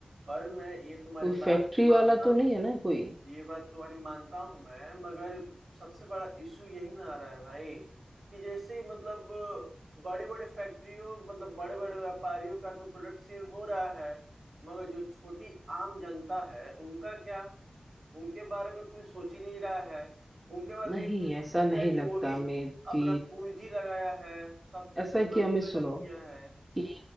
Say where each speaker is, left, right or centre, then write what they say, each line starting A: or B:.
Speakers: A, on the right; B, on the right.
A: पर मैं ये तुम्हारी
B: कोई
A: बात
B: फैक्ट्री
A: मानता
B: वाला तो
A: हूँ
B: नहीं है ना कोई
A: ये बात तुम्हारी मानता हूँ मैं मगर सबसे बड़ा इशू यही ना आ रहा है भाई कि जैसे मतलब बड़े बड़े फैक्ट्रियों मतलब बड़े बड़े व्यापारियों का तो प्रोडक्ट सेल हो रहा है मगर जो छोटी आम जनता है उनका क्या उनके बारे में कोई सोच ही नहीं रहा है उनके बारे
B: नहीं
A: में ये कोई सोच
B: ऐसा
A: ही नहीं
B: नहीं
A: रहा है कि
B: लगता
A: वो भी
B: हमें कि
A: अपना पूंजी लगाया है सब
B: ऐसा
A: मतलब
B: है कि हमें सुनो
A: सेटअप किया है
B: कि